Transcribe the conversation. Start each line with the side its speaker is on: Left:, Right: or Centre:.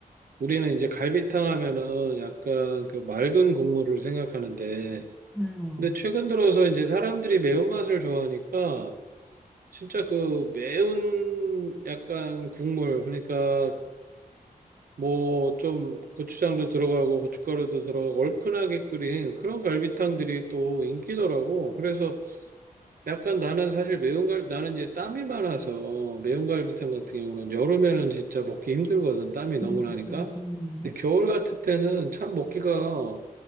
Right: 우리는 이제 갈비탕 하면은 약간 그 맑은 국물을 생각하는데,
Centre: 음.
Right: 근데 최근 들어서 이제 사람들이 매운맛을 좋아하니까, 진짜 그 매운 약간 국물, 그러니까 뭐 좀 고추장도 들어가고 고춧가루도 들어가고 얼큰하게 끓인 그런 갈비탕들이 또 인기더라고. 그래서 약간 나는 사실 매운 갈, 나는 이제 땀이 많아서 매운 갈비탕 같은 경우는 여름에는 진짜 먹기 힘들거든. 땀이 너무
Centre: 음,
Right: 나니까.
Centre: 음, 음.
Right: 근데 겨울 같을 때는 참 먹기가